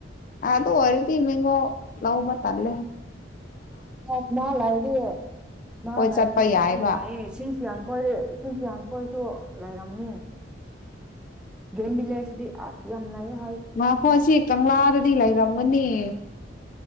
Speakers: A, on the left; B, in the centre.
A: ꯑꯗ ꯑꯣꯏꯗꯤ ꯏ ꯃꯒꯣ ꯂꯥꯎꯕ ꯇꯂꯦ
B: ꯑ ꯃꯥ ꯂꯥꯛꯑꯗꯤꯌꯦ ꯃꯥ
A: ꯍꯣꯏ
B: ꯂꯑꯗꯤ ꯆꯠꯄ
A: ꯌꯥꯏꯑꯕ
B: ꯌꯥꯏꯌꯦ ꯁꯤ ꯁꯤꯌꯥꯟꯈꯣꯏ ꯏꯁꯤꯡꯁꯤꯌꯥꯟꯈꯣꯏꯁꯨ ꯂꯩꯔꯝꯅꯤ ꯒꯝ ꯕꯤꯜꯂꯦꯜ ꯁꯤꯗꯤ ꯌꯥꯝ ꯂꯥꯏꯏꯌꯦ
A: ꯃꯈꯣ ꯁꯤ ꯀꯪꯂꯥꯗꯗꯤ ꯂꯩꯔꯝꯒꯅꯤ <inaudible> <unintelligible>